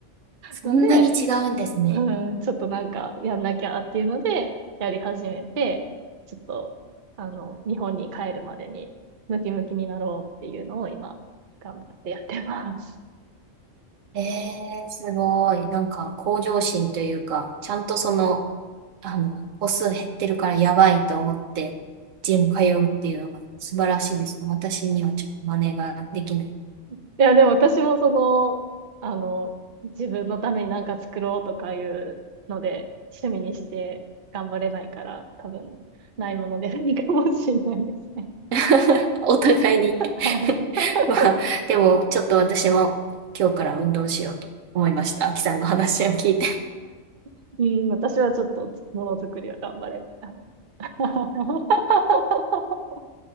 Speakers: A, on the right; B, on the right.
A: そんなに違うんですね。
B: ので、うん、ちょっとなんかやんなきゃっていうので、やり始めて、ちょっと、あの、日本に帰るまでにムキムキになろうっていうのを今、頑張ってやってます。
A: ええすごい。なんか、向上心というか、ちゃんとその、あの、歩数減ってるからやばいと思って、ジム通うっていうのが素晴らしいですね。私にはちょっと真似ができない。
B: いや、でも私もその、あの、自分のために何か作ろうとかいうので、趣味にして頑張れないから、多分、ないものでないかもしれないですね。
A: <laughs> お互いに
B: はい
A: <laughs> まあ、でも、ちょっと私も今日から運動しようと思いました。秋さんの話を聞いて。
B: <laughs> うん、私はちょっとものづくりは頑張れないな。<laughs>